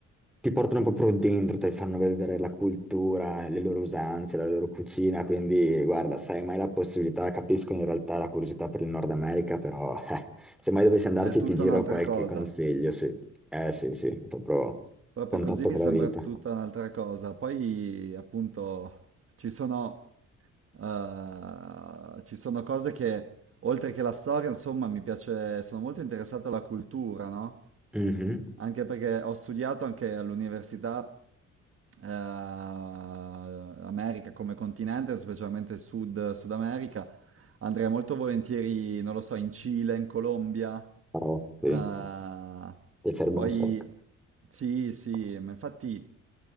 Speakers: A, in the centre; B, on the right.
A: ti portano proprio dentro, ti fanno vedere la cultura, le loro usanze, la loro cucina, quindi guarda, se hai mai la possibilità, capisco in realtà la curiosità per il Nord America, però eh, se mai dovessi andarci
B: È tutta
A: ti giro
B: un'altra
A: qualche
B: cosa.
A: consiglio, sì. Eh sì, sì, proprio.
B: Proprio
A: Contatto
B: così mi
A: con
B: sembra
A: la vita.
B: tutta un'altra cosa. Poi, appunto, ci sono, eh, ci sono cose che, oltre che la storia, insomma, mi piace, sono molto interessato alla cultura, no?
A: Mhm,
B: anche perché ho studiato anche all'università eh, America come continente, specialmente il Sud, Sud America. Andrei molto volentieri, non lo so, in Cile, in Colombia.
A: Bravo, sì.
B: eh,
A: Ti serve
B: poi
A: un sacco.
B: sì, sì, ma infatti